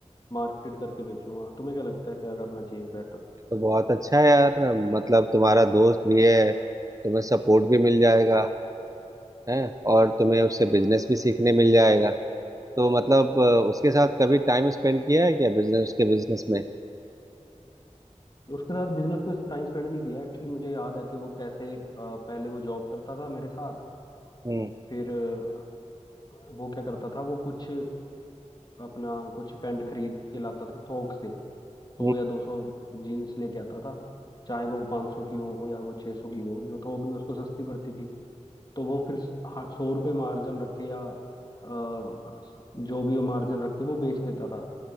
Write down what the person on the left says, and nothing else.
मार्केट करके बेचूंगा तुम्हें क्या लगता है क्या करना चाहिए बेटर
उसके साथ बिजनेस में टाइम स्पेंड नहीं किया एक्चुअली मुझे याद है कि वो कैसे अ, पहले वो जॉब करता था मेरे साथ
फिर अ, वो क्या करता था वो कुछ अपना कुछ पैंट खरीद के लाता था थोक से सौ
या दो सौ जीन्स लेके आता था चाहे वो पाँच सौ की हो या वो छः सौ की हो जो थोक में उसको सस्ती पड़ती थी तो वो फिर सौ रुपये मार्जिन रख के या अ, जो भी वो मार्जिन रख के वो बेच देता था